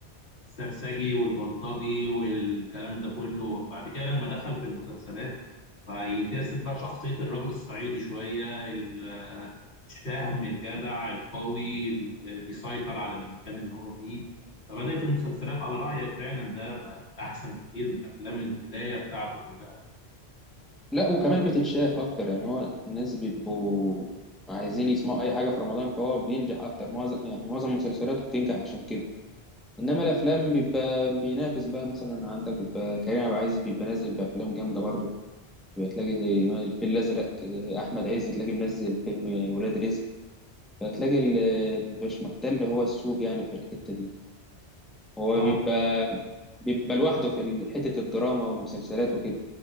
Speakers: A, on the left; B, in the centre.
A: السرسجي والبلطجي والكلام ده كله بعد كده لما دخل في المسلسلات فيجسد بقى شخصية الراجل الصعيدي شوية ال- الشهم الجدع القوي اللي بيسيطر على المكان اللي هو فيه فبدأت المسلسلات على رأيك فعلا ده بقت أحسن بكتير من أفلام البداية بتاعته كلها
B: لا وكمان بتتشاف اكتر يعني هو الناس بيبقوا عايزين يسمعوا اي حاجة في رمضان فهو بينجح اكتر معظم يعني معظم مسلسلاته بتنجح عشان كده انما الافلام بيبقى بينافس بقى مثلا عندك بيبقى كريم عبد العزيز بيبقى نازل بافلام جامدة برضه بتلاقي زي الفيل الازرق آه، احمد عز تلاقي منزل فيلم ولاد رزق فتلاقي ال- مش محتل هو السوق يعني في الحتة دي هو
A: اه
B: بيبقى بيبقى لوحده في ال- حتة الدراما والمسلسلات وكده